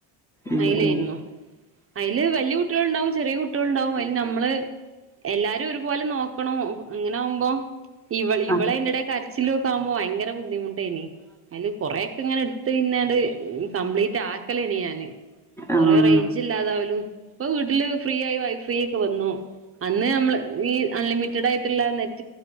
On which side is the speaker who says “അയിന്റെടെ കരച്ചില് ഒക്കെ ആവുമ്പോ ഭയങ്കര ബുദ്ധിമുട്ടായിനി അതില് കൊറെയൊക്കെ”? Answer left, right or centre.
Right